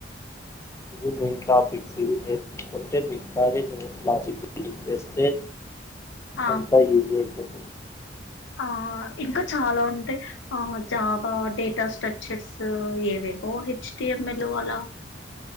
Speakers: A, on the left; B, on the left.
A: ఇవి మెయిన్ టాపిక్స్ ఇవి నేర్చుకుంటే మిగతావినే నేను లాజిక్ బిల్డింగ్ చేస్తే
B: ఆ
A: అంతా ఈజీ అయితది
B: ఆ ఇంకా చాలా ఉంటాయి ఆ జాబా డేటా స్ట్రక్చర్స్ ఏవేవో హెచ్టిఎంఎల్ అలా